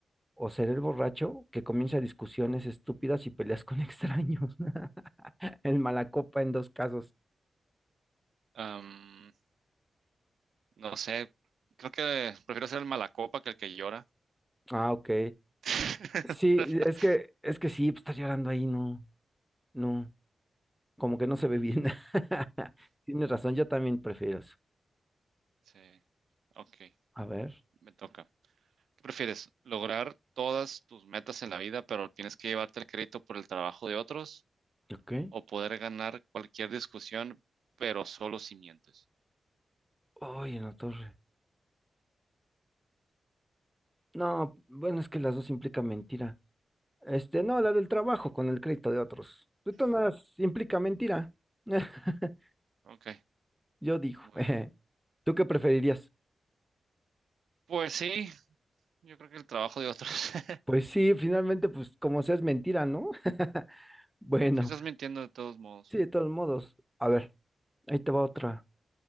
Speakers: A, in the centre; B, on the right.
A: o ser el borracho que comienza discusiones estúpidas y peleas con extraños? <laughs> El malacopa en dos casos.
B: ok. No sé, creo que prefiero ser el malacopa que el que llora.
A: Ah, ok.
B: <laughs>
A: Sí, es que, es que sí, pues, estar llorando ahí, no, no, como que no se ve bien. <laughs> Tienes razón, yo también prefiero eso.
B: Sí, ok,
A: A ver,
B: me toca. ¿Qué prefieres? ¿Lograr todas tus metas en la vida, pero tienes que llevarte el crédito por el trabajo de otros?
A: ok.
B: ¿O poder ganar cualquier discusión, pero solo si mientes?
A: Ay, en la torre. No, bueno, es que las dos implican mentira. Este, no, la del trabajo con el crédito de otros. Esto no es- implica mentira. <laughs>
B: Ok,
A: Yo digo,
B: muy
A: <laughs>
B: bien.
A: ¿tú qué preferirías?
B: Pues sí, yo creo que el trabajo de otros. <laughs>
A: Pues sí, finalmente, pues como sea es mentira, ¿no? <laughs> Bueno,
B: Si estás mintiendo de todos modos.
A: sí, de todos modos. A ver, ahí te va otra.